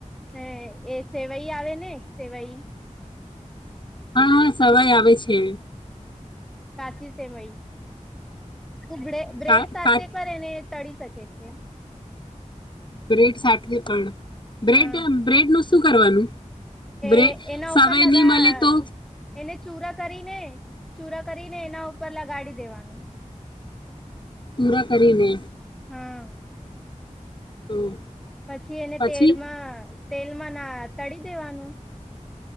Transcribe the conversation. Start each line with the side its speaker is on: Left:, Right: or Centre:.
Centre: હે એ સેવાઈ આવે ને, સેવાઈ?
Left: હા હા સવઈ આવે છે,
Centre: કાચી સેવઈ તુ બ્રે બ્રેડ
Left: કા
Centre: સાથે
Left: કા
Centre: કરે ને ટળી શકે છે,
Left: બ્રેડ સાથે પન બબ્રેડ્યમ
Centre: હા
Left: બ્રેડનું સુ શું કરવાનું?
Centre: એ
Left: બ્રે
Centre: એના
Left: સવાય
Centre: ઉપર લગા
Left: નહી મળે
Centre: અ
Left: તો
Centre: એને ચૂરા કરીને ચૂરા કરીને એના ઉપર લગાડી દેવાનું
Left: પૂરા કરીને
Centre: હા
Left: તો
Centre: પછી એને
Left: પછી
Centre: તેડમાં તેલમાં ના તળી દેવાનું